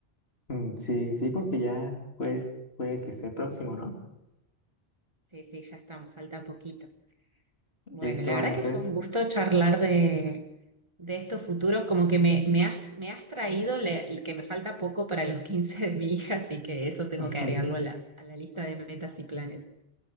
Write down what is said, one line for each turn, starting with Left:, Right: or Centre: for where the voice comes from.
Left: Mm, sí, sí, porque ya pues puede que esté próximo, ¿no?
Right: Sí, sí, ya estamos, falta poquito. Bueno,
Left: Listo,
Right: la
Left: vale,
Right: verdad
Left: entonces.
Right: que fue un gusto charlar de, de estos futuros, como que me, me has, me has traído le- el que me falta poco para los <laughs> 15 de mi hija, así que eso tengo
Left: <laughs>
Right: que agregarlo a la, a la lista de metas y planes.